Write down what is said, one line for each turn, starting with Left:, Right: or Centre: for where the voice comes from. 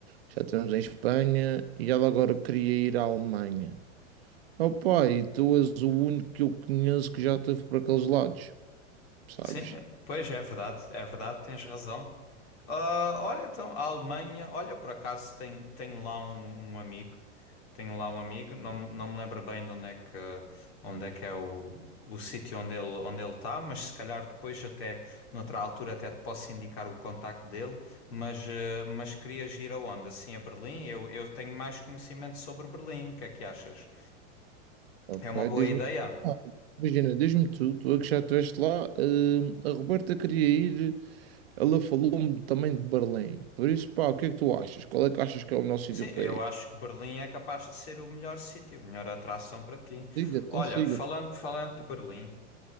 Right: já tivemos em Espanha e ela agora queria ir à Alemanha. Opa, e tu és o único que eu conheço que já esteve por aqueles lados, sabes?
Left: Sim, é- pois é verdade, é verdade, tens razão. Ah, olha, então, a Alemanha, olha, por acaso tem, tem lá um, um amigo, tem lá um amigo, não, não me lembro bem de onde é que, onde é que é o, o sítio onde ele, onde ele está, mas se calhar depois até, noutra altura até te posso indicar o contacto dele, mas, ah, mas querias ir aonde? Assim, a Berlim? Eu, eu tenho mais conhecimento sobre Berlim, o que é que achas?
Right: Ok,
Left: É uma boa
Right: diz-me.
Left: ideia?
Right: Ah, Imagina, diz-me tu, tu é que já estiveste lá, hum, a Roberta queria ir, ela falou-me também de Berlim. Por isso, pá, o que é que tu achas? Qual é que achas que é o melhor sítio
Left: Sim,
Right: para
Left: eu
Right: ir?
Left: acho que Berlim é capaz de ser o melhor sítio, a melhor atração para ti.
Right: Liga, então
Left: Olha,
Right: siga.
Left: falando, falando de Berlim,